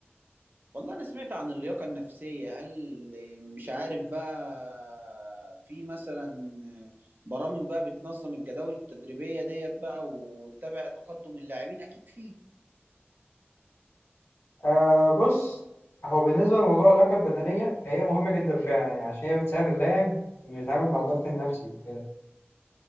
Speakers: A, on the right; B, on the left.
A: والله انا سمعت عن اللياقه النفسيه هل آه، مش عارف بقى في مثلا آه، برامج بقى بتنظم الجداول التدريبيه ديت بقى وتتابع تقدم اللاعبين اكيد فيه
B: آه بص هو بالنسبة لموضوع اللياقة البدنية فهي مهمة جدا فعلا يعني عشان هي بتساعد اللاعب إنه يتعامل مع الضغط النفسي وكده